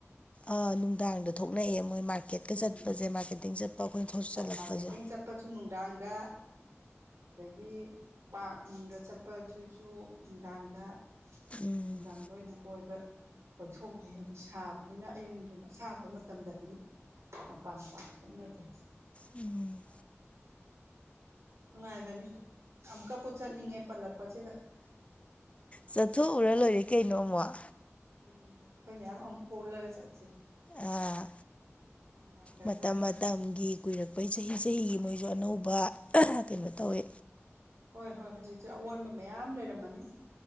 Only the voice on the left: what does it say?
ꯑꯥꯅꯨꯡꯗꯥꯡꯗ ꯊꯣꯛꯅꯩꯑꯦ ꯃꯣꯏ ꯃꯥꯔꯀꯦꯠꯀ
ꯆꯠꯄꯁꯦ ꯃꯥꯔꯀꯦꯠꯇꯤꯡ ꯆꯠꯄ ꯑꯩꯈꯣꯏꯅ
ꯆꯜꯂꯛꯄꯁꯦ
ꯎꯝ
ꯎꯝ
ꯆꯠꯊꯣꯛꯎꯔ ꯂꯣꯏꯔꯦ ꯀꯩꯅꯣ ꯑꯃꯨꯛ
ꯑꯥ
ꯃꯇꯝ ꯃꯇꯝꯒꯤ ꯀꯨꯏꯔꯛꯄꯩ ꯆꯍꯤ ꯆꯍꯤꯒꯤ ꯃꯣꯏꯖꯨ ꯑꯅꯧꯕ ꯀꯩꯅꯣ ꯇꯧꯋꯤ